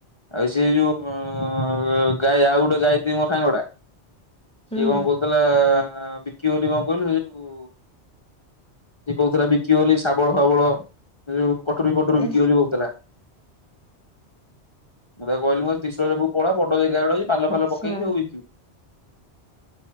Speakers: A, on the left; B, in the centre.
A: ଆଉ ସେ ଯୋଉ ଉଁଁଁ ଗାଈ ଆଉ ଗୋଟେ ଗାଈତ୍ରୀ ମୋ ଠସାଙ୍ଗଟା। ସିଏ
B: ହୁଁ।
A: କଣ କହୁଥିଲା ବିକି ବୋଲି କଣ କହିଲ ଯଉ ଯଏ କହୁଥିଲା ବିକି ଶାବଳ ଫାବଳ ଉ କଟ ପଟରୁିକି
B: ଏ
A: ବୋଲି କହୁଥିଲା। ମୁଁ ତାକୁ କହିଲି ମତେ ତିିଶୁଳ ପାଖକୁ ପଳା ବଡ ଯାଇକି। ଗଡଛି ପାଲ
B: ଆଚ୍ଛା
A: ଫାଲ ପକେଇକି ସବୁ ହେଇଯିବ।